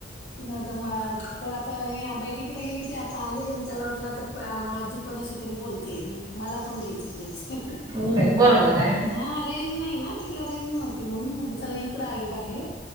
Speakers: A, on the left; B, on the right.
A: म आ तर बैठकीला गेली ते आता आले मग त्याला वाटलं आता आजी कोणाशी तरी बोलते मला आपण कचे
B: नाही नाही, बरोबर आहे
A: ह रेंज नाही ना तिकड रेनज नव्हती म्हणून म्हटले चला इकडं आली बाहेर